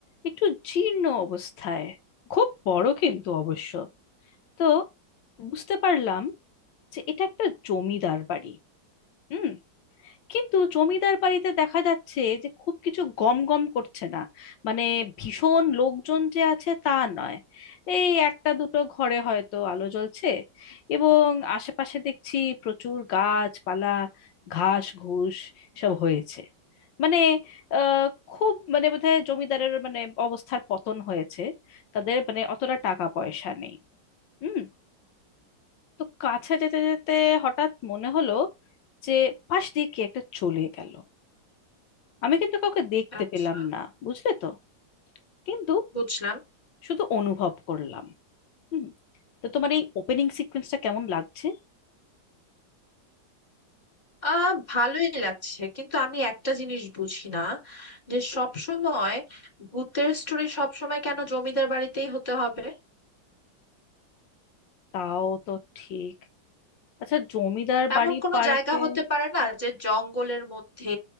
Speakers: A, on the left (about 80°); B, on the left (about 20°).
A: একটু জীর্ণ অবস্থায় খুব বড় কিন্তু অবশ্য তো বুঝতে পারলাম যে এটা একটা জমিদার বাড়ি হুম কিন্তু জমিদার বাড়িতে দেখা যাচ্ছে যে খুব কিছু গম গম করছে না মানে ভীষণ লোকজন যে আছে তা নয় এই একটা দুটো ঘরে হয়তো আলো জ্বলছে এবং আশেপাশে দেখছি প্রচুর গাছপালা ঘাস ঘুষ সব হয়েছে মানে আহ খুব মানে বোধহয় জমিদারের মানে অবস্থার পতন হয়েছে তাদের মানে অতটা টাকা পয়সা নেই হুম তো কাছে যেতে যেতে হঠাৎ মনে হলো যে পাশ দিয়ে কি একটা চলে গেল আমি কিন্তু কাউকে দেখতে
B: আচ্ছা
A: পেলাম না বুঝলে তো কিন্তু
B: বুঝলাম
A: শুধু অনুভব করলাম হুম তো তোমার এই ওপেনিং সিকোয়েন্সটা কেমন লাগছে
B: আহ ভালোই লাগছে কিন্তু আমি একটা জিনিস বুঝি না যে সব সময় ভূতের স্টোরি সব সময় কেন জমিদার বাড়িতেই হতে হবে
A: তাও তো ঠিক আচ্ছা জমিদার
B: এমন
A: বাড়ি
B: কোনো
A: পাল্টে
B: জায়গা হতে পারে না যে জঙ্গলের মধ্যে